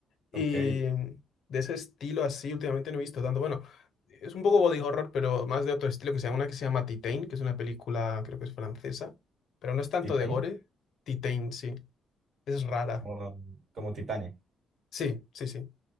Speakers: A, on the left; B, on the right.
A: Y
B: Ok.
A: de ese estilo así últimamente no he visto tanto. Bueno, es un poco body horror, pero más de otro estilo que se llama una que se llama Titain, que es una película, creo que es francesa. Pero no es tanto
B: Titane.
A: de gore. Titain, sí. Es rara.
B: Como, como Titane.
A: Sí, sí, sí.